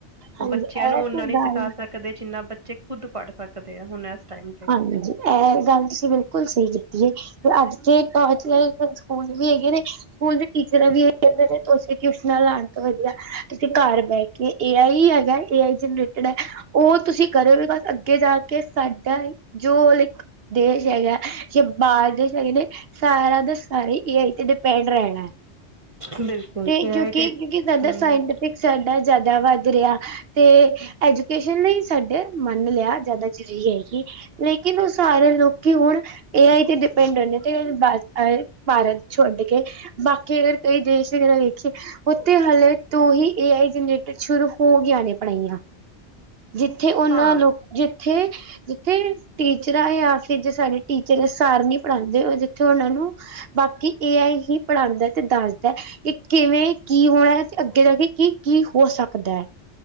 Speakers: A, on the right; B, on the right.
A: ਉਹ
B: ਹਾਂਜੀ
A: ਬੱਚਿਆਂ
B: ਇਹ
A: ਨੂੰ
B: ਤੇ
A: ਉਨ੍ਹਾਂ ਨਈ,
B: ਗੱਲ
A: ਸਿਖਾ ਸਕ ਕਦੇ ਜਿੰਨਾ ਬੱਚੇ, ਖੁੱਦ ਪੜ੍ਹ ਸਕਦੇ ਆ, ਹੁਣ ਐਸ ਟਾਈਮ ਤੇ
B: ਹਾਂਜੀ ਐ ਗੱਲ ਤੁਸੀਂ ਬਿਲਕੁਲ ਸਈ ਕੀਤੀ ਏ। ਫੇਰ ਅੱਜ ਦੇ ਟਰਚੈ ਸਕੂਲ ਵੀ ਹੈਗੇ ਨੇ ਸਕੂਲ ਦੇ ਟੀਚਰਾਂ ਵੀ ਏ ਕੈੰਦੇ ਨੇ ਤੁਸੀਂ ਟਿਊਸ਼ਨਾਂ ਲਾਣ ਤੋਂ ਵਧੀਆ ਤੁਸੀਂ ਕਰ ਬੈ‌ ਕੇ ਏ‌ ਆਈ ਈ ਹੈਗਾ ਏ ਏ ਆਈ ਜਨਰੇਟਡ ਐ ਓ ਤੁਸੀਂ ਕਰੋ ਬਿਕਾ ਅੱਗੇ ਜਾ ਕੇ ਸਾਡਾ ਜੋ ਲਾਈਕ ਦੇਸ਼ ਹੈਗਾ ਜੋ ਬਾਰ ਦੇਸ਼ ਹੈਗੇ ਨੇ ਸਾਰਾ ਦੇ ਸਾਰੇ ਏ ਆਈ ਤੇ ਡਿਪੈੈਂਡ ਰੈਣਾ
A: ਬਿਲਕੁਲ
B: ਤੇ
A: ਇਹ
B: ਕਿਉਂਕਿ,
A: ਆਈ ਤੇ
B: ਕਿਉਂਕਿ ਸਾਡਾ
A: ਹੂੰ
B: ਸਾਈਨ ਦਾ ਸਾਡਾ ਜ਼ਿਆਦਾ ਵੱਧ ਰੇਆ ਤੇ ਐਜੂਕੇਸ਼ਨ ਵੀ ਸਾਡਾ ਮੰਨ ਲਯਾ ਜਾਦਾ ਜਰੀ ਹੈਗੀ ਲੇਕਿਨ ਓ ਸਾਰੇ ਲੋਕੀ ਹੁਣ ਏ ਆਏ ਤੇ ਡਿਪੈਂਡ ਰੋਏ ਨੇ ਤੇ ਏ ਅ ਭਾਰਤ ਛੋਡ ਕੇ ਬਾਕੀ ਅਗਰ ਕੋਈ ਦੇਸ਼ ਵਗੈਰਾ ਵੇਖੀਏ ਓੱਥੇ ਹੱਲੇ ਤੋਂ ਹੀ ਏ ਆਈ ਜਨਰੇਟਡ ਸ਼ੁਰੂ ਹੋ ਗਿਆਂ ਨੇ ਪੜ੍ਹਾਈਆਂ। ਜਿੱਥੇ ਓਨਾਂ
A: ਹਾਂ
B: ਲੋਕ ਜਿੱਥੇ-ਜਿੱਥੇ ਟੀਚਰਾਂ ਯਾਂ ਫਿਰ ਜੇ ਸਾਡੇ ਟੀਚਰ ਆ ਸਾਰ ਨੀ ਪੜ੍ਹਾਂਦੇ ਓ ਜਿੱਥੇ ਓਨਾਂ ਨੂੰ ਬਾਕੀ ਏ ਆਈ ਹੀ ਪੜ੍ਹਾਂਦਾ ਤੇ ਦਾੱਸਦਾ ਕਿ ਕਿਵੇਂ ਕੀ ਹੋਯਾ ਤੇ ਅੱਗੇ ਦਾ ਵੀ ਕੀ-ਕੀ ਹੋ ਸਕਦਾ।